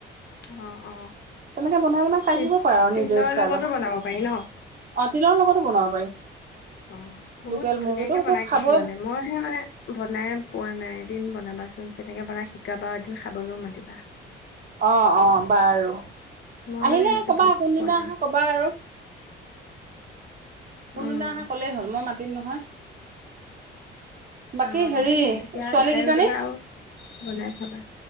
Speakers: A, on the left; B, on the right.
A: অ' অ'।
B: তেনেকে বনাই বনাই খাই
A: তিল
B: থাকিব পাৰা
A: তিলৰ
B: নিজৰ ষ্টাইলত।
A: লগতো বনাব পাৰি ন?
B: অ' তিলৰ লগতো বনাব পাৰি।
A: অ' বহুত
B: লোকেল
A: ধুনীয়াকে
B: মুৰ্গীটো সেইটো
A: বনাই
B: খাবই
A: কিছুমানে। মই সে মানে বনাই পোৱা নাই এদিন বনাবাচোন, কেনেকে বনাই শিকাবা এদিন খাবলৈও মাতিবা।
B: অ' অ' বাৰু!
A: মই
B: আহিলে
A: মানে এনেকে
B: কবা
A: বনাই
B: কোনদিনা
A: পোৱা নাই,
B: আহা কব কবা আৰু, কোনদিনা
A: উম,
B: আহা কলেই হ'ল। মই মা তিম নহয়, বাকী
A: অ',
B: হেৰি
A: তেতিয়া
B: ছোৱালী
A: শিকায়ো
B: কিজনী?
A: দিবা আৰু বনাই খাবা,